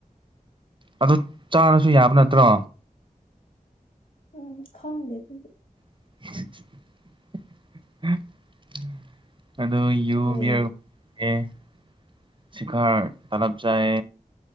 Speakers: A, on the right; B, on the left.
A: ꯑꯗꯨ ꯆꯥꯔꯁꯨ ꯌꯥꯕ ꯅꯠꯇ꯭ꯔꯣ
B: ꯎꯝ ꯈꯪꯗꯦ ꯑꯗꯨꯗꯤ
A: <inaudible> ꯑꯗꯨ ꯌꯨ
B: ꯅꯣꯛꯏꯅꯦ
A: ꯕ꯭ꯌꯥꯔ <unintelligible> ꯁꯤꯈꯥꯔ ꯇꯂꯞ ꯆꯥꯏ